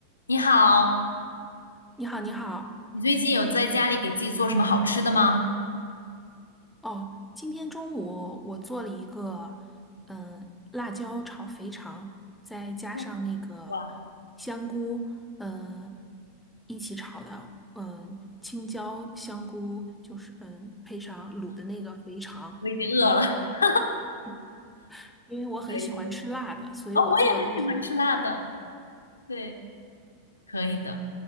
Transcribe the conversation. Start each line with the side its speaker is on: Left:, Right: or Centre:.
Left: 你好，
Centre: 你好，你好。
Left: 你最近有在家里给自己做什么好吃的吗？
Centre: 哦，今天中午我做了一个，嗯，辣椒炒肥肠，再加上那个
Left: 嗯哇，
Centre: 香菇，嗯，一起炒的，嗯，青椒、香菇，就是嗯，配上卤的那个肥肠。
Left: 我已经饿了。<laughs>
Centre: 嗯因为我很喜欢吃辣的，
Left: 可以可以，
Centre: 所以我做的东西，
Left: 哦，我也很喜欢吃辣的。对，可以的。